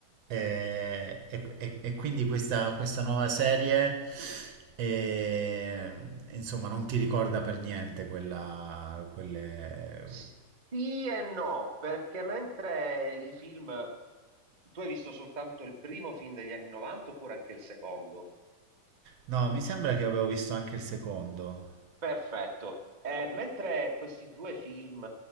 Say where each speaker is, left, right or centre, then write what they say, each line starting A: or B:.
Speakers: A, on the right; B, on the right.
A: E, e- e- e quindi questa, questa nuova serie, eh, insomma, non ti ricorda per niente quella, quelle...
B: Sì e no, perché mentre i film... Tu hai visto soltanto il primo film degli anni 90 oppure anche il secondo?
A: No, mi sembra che avevo visto anche il secondo.
B: Perfetto. Eh, mentre questi due film